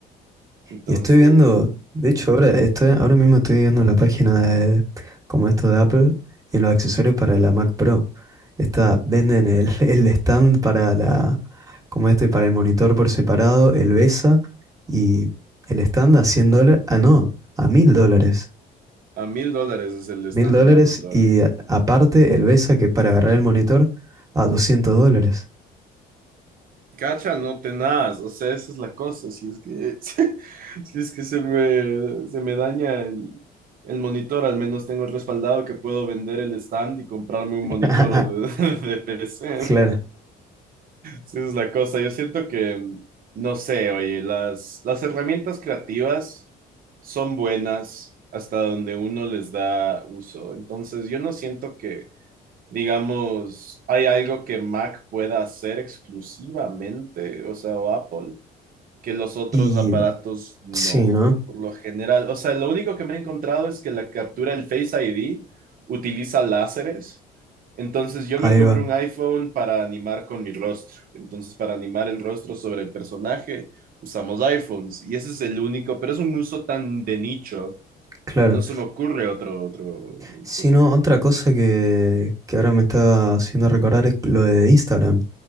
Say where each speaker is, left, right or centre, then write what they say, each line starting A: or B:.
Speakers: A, on the right (about 55°); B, on the right (about 20°).
A: Entonces,
B: Y estoy viendo, de hecho
A: ujú,
B: ahora estoy, ahora mismo estoy viendo la página de como esto de Apple y los accesorios para la Mac Pro. Esta, venden el, <laughs> el stand para la, como este, para el monitor por separado, el BESA y el stand a 100 dólares, ah no, a 1000 dólares.
A: a mil dólares es el
B: mil
A: stand
B: dólares
A: de monitor.
B: y a- aparte el BESA que es para agarrar el monitor a doscientos dólares.
A: Cacha, no tenaz, o sea, esa es la cosa, si es que, <laughs> si es que se me, se me daña el, el monitor, al menos tengo respaldado que puedo vender el stand y comprarme un monitor
B: <laughs>
A: de, <laughs> de PC.
B: Claro.
A: Sí, esa es la cosa. Yo siento que, no sé, oye, las, las herramientas creativas son buenas hasta donde uno les da uso. Entonces, yo no siento que, digamos, hay algo que Mac pueda hacer exclusivamente, o sea, o Apple, que los otros
B: Y
A: aparatos no,
B: sí, ¿no?
A: por lo general. O sea, lo único que me he encontrado es que la captura del Face ID utiliza láseres. Entonces yo
B: Ahí
A: me compré
B: va,
A: un iPhone para animar con mi rostro. Entonces para animar el rostro sobre el personaje usamos iPhones y ese es el único, pero es un uso tan de nicho.
B: claro.
A: No se me ocurre otro, otro dispositivo.
B: Si no, otra cosa que, que ahora me está haciendo recordar es lo de Instagram,